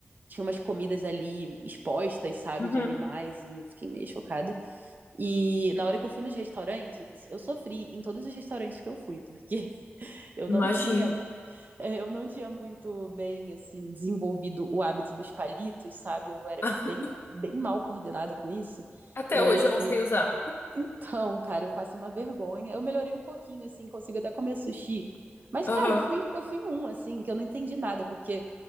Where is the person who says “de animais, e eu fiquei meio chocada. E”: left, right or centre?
Right